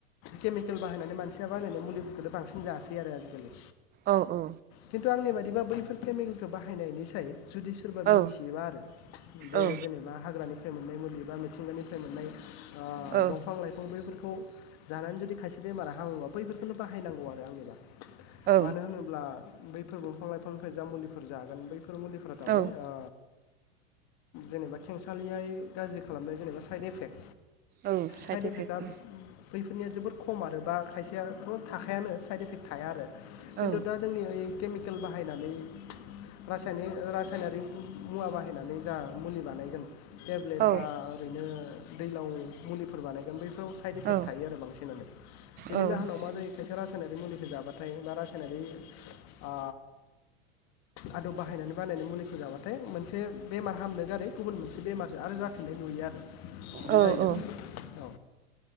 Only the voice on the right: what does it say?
औ औ।
औ
औ
औ
औ
औ
औ
इफेक्ट
औ
औ
औ
औ
औ